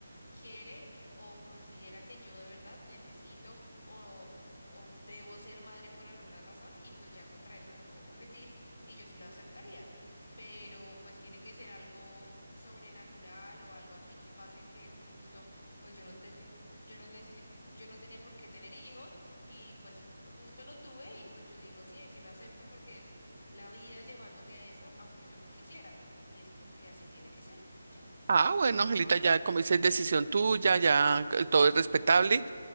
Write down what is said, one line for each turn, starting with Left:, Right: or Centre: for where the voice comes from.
Left: quiere o considera que yo de verdad necesito o, o debo ser madre por alguna razón y pues ya contra eso no puedo competir y yo sí lo aceptaría. Pero pues tiene que ser algo sobrenatural o algo así que pase que justo pues yo no ten- yo no necesi- yo no tenía por qué tener hijos y pues justo lo tuve y pues yo digo sí, sí lo acepto porque es la vida llevándome a eso, aunque yo no quisiera, y es porque así tiene que ser, y ya.
Right: Ah, bueno, Angelita, ya como dices, decisión tuya, ya eh, todo es respetable.